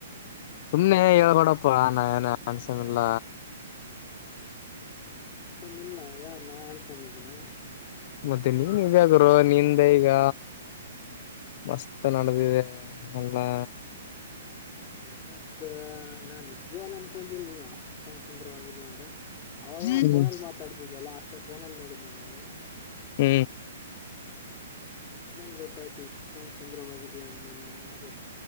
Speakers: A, on the left; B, on the left.
A: ಸುಮ್ನೆ ಹೇಳ್ಕಡಪ್ಪ ನಾ ಏನ ಅನ್ಸನ ಇಲ್ಲ.
B: ಹ್ಮ ಎಣಸಮ್ಮ ಇಲ್ಲ ಯಾರ ನಾ ಅಂಡ್ಸಮ್ಮ ಇದ್ದೀನ.
A: ಮತ್ತೆ ನೀನ್ ಹಿಂಗೇ ಗುರು ನಿಂದ ಈಗ ಮಸ್ತ್ ನಡ್ದಿದೆ. ಅಲ್ಲಾ
B: ನಿನ್ನಷ್ಟ ನಾನ್ ನಿಜ್ವಲ ಅನ್ಕೊಂದಿಲ್ಲ ನೀನ್ ಅಷ್ಟೊಂದ ಸುಂದರವಾಗಿದೀಯ ಅಂತ ಅವಾಗವ
A: ಹ್ಮ್
B: ಫೋನಲ್ಲಿ ಮಾತಾಡ್ತಿದಲ್ಲಾ ಅಷ್ಟೇ ಫೋನಲ್ಲಿ ನೋಡಿದ್ದ ನನ್ಗೆ
A: ಹ್ಮ
B: ಹ ಆಮೇಲ ಗೊತ್ತಾಯ್ತು ಇಷ್ಟೊಂದ್ ಸುಂದರವಾಗಿ ಇದಿಯ ನೀನು ಎಸ್